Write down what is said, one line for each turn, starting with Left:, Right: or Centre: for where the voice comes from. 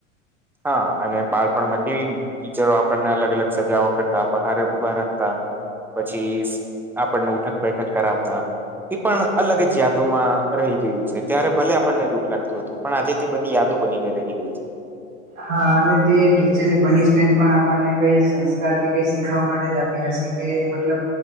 Centre: હા અને બાળપણમાં કેવી ટીચરો આપણને અલગ-અલગ સજાઓ કરતા બહાર ઉભા રાખતા. પછી આપણને ઉઠક બેઠક કરાવતા. એ પણ અલગ જ યાદોમાં રહી ગયું છે ત્યારે ભલે આપણને દુઃખ લાગતું હતું પણ આજે તે બધી યાદ યાદો બનીને રહી ગઈ છે.
Right: હા અને તે ટીચરની પનિશમેન્ટ પણ આપણને કઈ સંસ્કાર કે કઈ શીખાવા માટે જ આપી હશે. કે મતલ